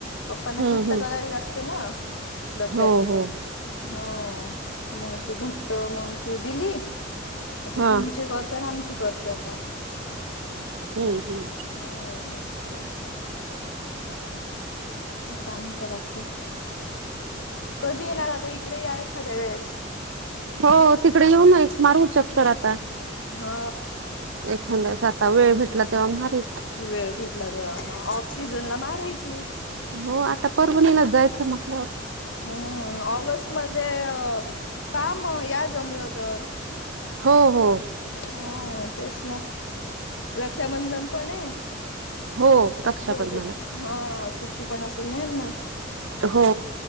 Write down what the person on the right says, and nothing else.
हम्म
हम्म
हो हो
हा
हम्म
हो तिकडे येऊनय मारू चक्कर आता.
एखांद्यास आता वेळ भेटला तेव्हा मारीत.
हो आता परभणीला जायचं म्हटल्यावर.
हो हो.
हो.. रक्षाबंधन
हो..